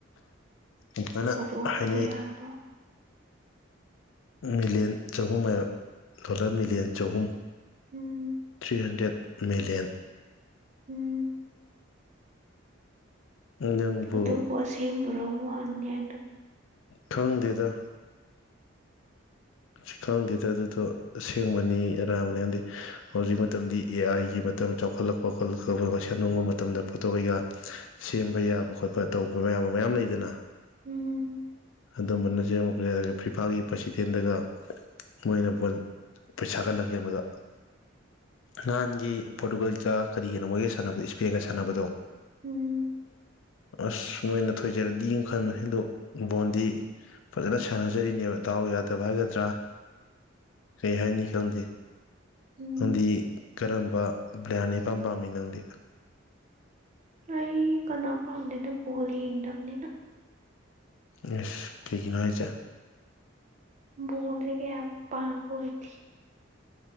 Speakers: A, on the left; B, on the right.
A: ꯏꯅ
B: ꯀꯔꯣꯔ
A: ꯍꯥꯏꯅ
B: ꯀꯌꯥꯅꯣ
A: ꯃꯤꯂꯤꯌꯟ ꯆꯍꯨꯝ ꯗꯣꯂꯔ ꯃꯤꯂꯤꯌꯟ ꯆꯍꯨꯝ
B: ꯎꯝ
A: ꯊ꯭ꯔꯤ ꯍꯟꯗ꯭ꯔꯦꯠ ꯃꯤꯂꯤꯌꯟ
B: ꯎꯝ
A: ꯅꯪꯕꯨ
B: ꯑꯗꯨꯕꯨ ꯑꯁꯦꯡꯕ꯭ꯔꯣ ꯑꯃꯨꯛ ꯍꯟꯅꯤ ꯍꯥꯏꯗꯣ
A: ꯈꯪꯗꯦꯗꯥ ꯁꯤ ꯈꯪꯗꯦꯗ ꯑꯗꯨꯗꯣ ꯑꯁꯦꯡꯕꯅꯤ ꯑꯔꯥꯟꯕꯅꯤ ꯈꯪꯗꯦ ꯍꯧꯖꯤꯛ ꯃꯇꯝꯗꯤ ꯑꯦ ꯑꯥꯏꯒꯤ ꯃꯇꯝ ꯆꯥꯎꯈꯠꯂꯛꯄ ꯈꯣꯠꯂꯛꯄ ꯁꯦꯝꯅꯤꯡꯕ ꯃꯇꯝꯗ ꯐꯣꯇꯣ ꯀꯩꯀꯥ ꯁꯦꯝꯕ ꯌꯥꯕ ꯈꯣꯠꯄ ꯇꯧꯕ ꯃꯌꯥꯝꯕ ꯃꯌꯥꯝ ꯂꯩꯗꯅ
B: ꯎꯝ
A: ꯑꯗꯨꯝꯕꯅ ꯁꯦꯝꯄꯁ ꯑꯗꯨꯒ ꯐꯤꯐꯥꯒꯤ ꯄ꯭ꯔꯁꯤꯗꯦꯟꯗꯒ ꯃꯣꯏꯅ ꯄꯩꯁꯥ ꯀꯜꯍꯟꯒꯦ ꯃꯗ ꯅꯍꯥꯟꯒꯤ ꯄꯣꯔꯇꯨꯒꯜꯒ ꯀꯔꯤꯒꯤꯅꯣ ꯃꯣꯏꯒ ꯁꯥꯟꯅꯕꯗꯣ ꯏꯁꯄꯦꯟꯒ ꯁꯥꯟꯅꯕꯗꯣ
B: ꯎꯝ
A: ꯑꯁ ꯅꯣꯏꯅ ꯊꯣꯏꯖꯔꯗꯤꯅ ꯈꯟꯕꯅꯦ ꯑꯗꯣ ꯕꯣꯟꯗꯤ ꯐꯖꯅ ꯁꯥꯟꯅꯖꯔꯤꯅꯦꯕ ꯗꯥꯎ ꯌꯥꯗꯕ ꯍꯥꯏꯒꯗ꯭ꯔꯥ ꯀꯩ ꯍꯥꯏꯅꯤ ꯈꯪꯗꯦ
B: ꯎꯝ
A: ꯅꯪꯗꯤ ꯀꯔꯝꯕ ꯕ꯭ꯔꯥꯟꯅꯤꯄꯥꯝ ꯄꯥꯝꯃꯤ ꯅꯪꯗꯤ
B: ꯑꯩ ꯀꯅꯥꯝ ꯄꯥꯝꯗꯦꯗꯣ ꯕꯣꯜ ꯌꯦꯡꯗꯕꯅꯤꯅ
A: ꯑꯦ ꯀꯩꯒꯤꯅꯣ ꯍꯥꯏꯁꯦ
B: ꯣꯔꯒꯦ ꯄꯥꯝꯕꯣ ꯏꯗꯤ